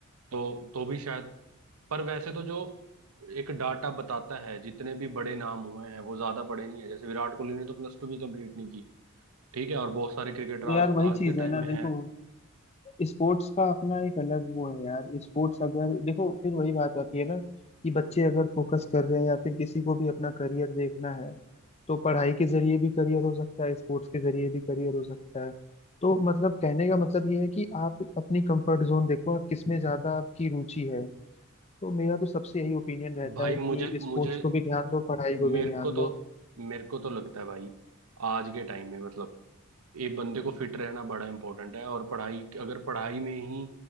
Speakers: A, on the right; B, on the left.
A: तो तो भी शायद पर वैसे तो जो एक डाटा बताता है जितने भी बड़े नाम हुए हैं वो ज्यादा बड़े नहीं है जैसे विराट कोहली ने तो प्लस टू भी कंप्लीट नहीं की ठीक है और बहुत सारे क्रिकेटर
B: तो यार
A: आज
B: वही
A: आज
B: चीज़
A: के
B: है
A: टाइम
B: ना
A: में
B: देखो
A: हैं
B: स्पोर्ट्स का अपना एक अलग वो है यार स्पोर्ट्स अगर देखो फिर वही बात आती है ना कि बच्चे अगर फोकस कर रहे हैं या फिर किसी को भी अपना करियर देखना है तो पढ़ाई के जरिए भी करियर हो सकता है स्पोर्ट्स के जरिए भी करियर हो सकता है तो मतलब कहने का मतलब ये है कि आप अपनी कंफर्ट जोन देखो आप किसमें ज्यादा आपकी रुचि है तो मेरा तो सबसे यही ओपिनियन रहता
A: भाई
B: है
A: मुझे
B: कि
A: मुझे
B: स्पोर्ट्स को भी ध्यान दो पढ़ाई
A: मेरे
B: को भी ध्यान
A: को तो
B: दो
A: मेरे को तो लगता है भाई आज के टाइम में मतलब ये बंदे को फिट रहना बड़ा इंपॉर्टेंट है और पढ़ाई अगर पढ़ाई में ही